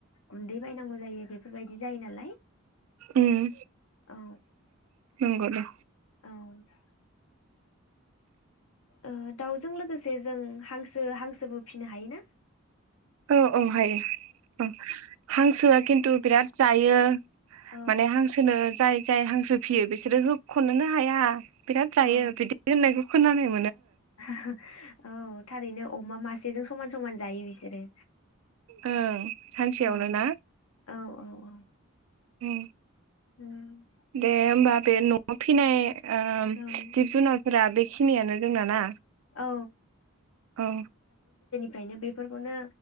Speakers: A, on the left; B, on the right.
A: गुन्दै बायनांगौ जायो बेफोरबायदि जायो नालाय
B: उम
A: औ
B: नंगौ दे
A: औ ओ दाउजों लोगोसे जों हांसो बो हांसोबो फिसिनो हायो ना
B: औ औ हायो औ हांसोआ खिन्थु बिराद जायो
A: औ
B: माने हांसोनो जाय जाय हांसो फियो बिसोरो हो खनोनो हाया बिराद जायो
A: औ
B: बिदि होननायखौ <unintelligible>
A: <unintelligible> औ थारैनो अमा मासेजों समान समान जायो बिसोरो
B: ओं सानसेयावनो
A: औ
B: ना
A: औ औ औ
B: ओं
A: उम
B: दे होमबा बे न'आव फिनाय ओ
A: औ
B: जिब जुनारफोरा बेखिनियानो जोंना ना
A: औ
B: औ
A: फायनो बेफोरखौनो